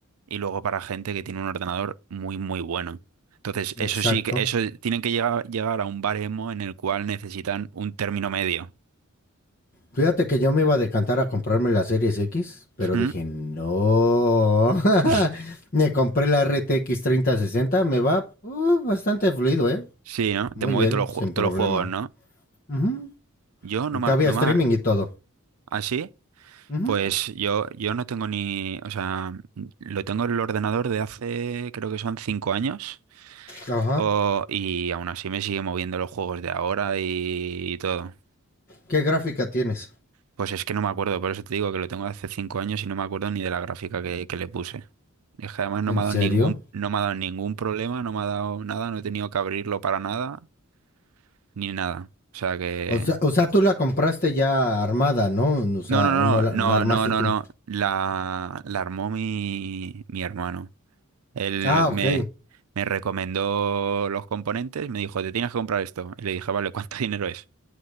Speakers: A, on the right; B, on the left.
A: y luego para gente que tiene un ordenador muy, muy bueno. Entonces,
B: Exacto.
A: eso sí que, eso tienen que llegar, llegar a un baremo en el cual necesitan un término medio.
B: Fíjate que yo me iba a decantar a comprarme la Series X, pero
A: ¿Mm?
B: dije, no. <laughs>
A: <laughs>
B: me compré la RTX 3060, me va uh, bastante fluido, ¿eh?
A: Sí, ¿no? Te
B: Muy
A: mueve
B: bien,
A: todos los, jue-
B: sin
A: todos
B: problema.
A: los juegos, ¿no?
B: Ujú.
A: Yo no más,
B: Cabía
A: no
B: streaming
A: más,
B: y todo.
A: así,
B: Ujú.
A: pues yo, yo no tengo ni, o sea, lo tengo en el ordenador de hace, creo que son cinco años,
B: Ajá.
A: o, y aún así me sigue moviendo los juegos de ahora y, y todo.
B: ¿Qué gráfica tienes?
A: Pues es que no me acuerdo, por eso te digo que lo tengo hace cinco años y no me acuerdo ni de la gráfica que, que le puse. Es que además no
B: ¿En
A: me ha
B: serio?
A: dado ningún, no me ha dado ningún problema, no me ha dado nada, no he tenido que abrirlo para nada, ni nada. O sea que.
B: O sea, o sea, tú la compraste ya armada, ¿no? O sea,
A: No, no, no,
B: o no la,
A: no,
B: la armaste
A: no, no,
B: tú.
A: no. La, la armó mi, mi hermano. Él
B: Ah,
A: me,
B: ok.
A: me recomendó los componentes, me dijo, te tienes que comprar esto. Y le dije, vale, <laughs> ¿cuánto dinero es?